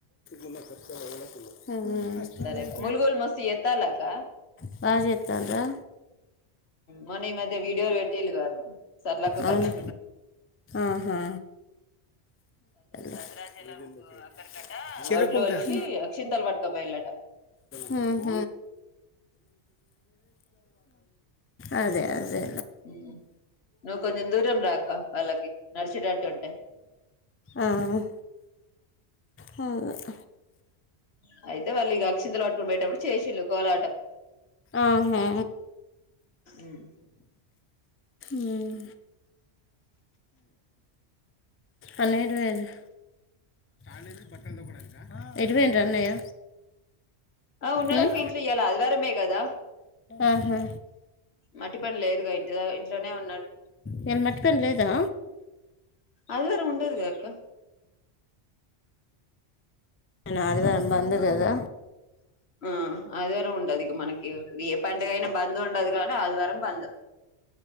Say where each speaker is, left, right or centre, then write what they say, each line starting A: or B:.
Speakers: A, on the left (about 20°); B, on the left (about 70°).
A: ఉమ్ సరే
B: అక్క ములుగులు మస్తు ఎత్తాలక్క
A: <inaudible> బాగ్ చేత్తంన్రా
B: మొన్న ఈ మధ్య వీడియోలు పెట్టీళ్లు గదా సర్లాక్కకి
A: అవును
B: వచ్చినాయి.
A: ఆహా భద్రాచలం అక్కడికి
B: ఒడ్లు ఒలిసి
A: అంట <inaudible>
B: అక్షింతలు పట్టుకపోయిలట
A: ఉమ్మ్. <inaudible> అదే అదే.
B: ఉమ్ నువ్వు కొంచెం దూరం రా అక్క. వాళ్ళకి నడిచేటట్టు ఉంటే
A: ఆహ్. ఉమ్.
B: ఆహ్. అయితేవాళ్ళు ఇగ అక్షింతలు పట్టుకుని పోయేటప్పుడు చేసింళ్ళు కోలాటం.
A: ఆహా.
B: ఉమ్.
A: ఉమ్. అదే వల్లే. ఎటుపోయిన్లు ఎటుపోయింరు అన్నయ్య.
B: ఆ ఉన్నాడక్క
A: ఉమ్?
B: ఇంట్ల ఇయ్యాల ఆదివారమే కదా
A: ఆహా.
B: మట్టి పని లేదుగా ఇంట ద ఇంట్లానే ఉన్నాడు.
A: ఇయిల మట్టిపని లేదా.
B: అందరూ ఉండరు కదాక్క.
A: నాది కదా బందు కదా.
B: ఆహ్ ఆదివారం ఉండదు ఇగ మనకి ఏ పండుగైనా బంద్ ఉండదు గానీ ఆదివారం బంద్. ఆహ్.